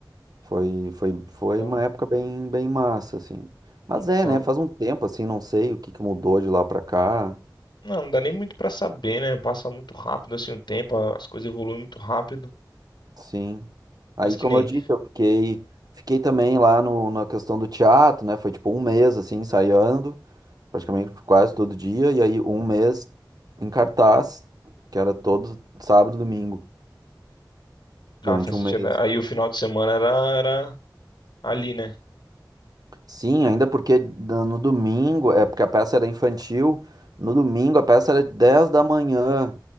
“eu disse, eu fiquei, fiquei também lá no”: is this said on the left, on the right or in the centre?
Right